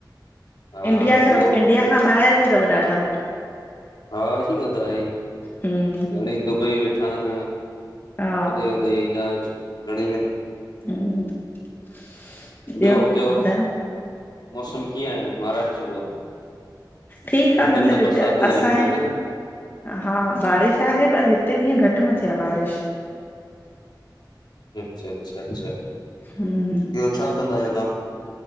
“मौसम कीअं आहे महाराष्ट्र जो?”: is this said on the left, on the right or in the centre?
Left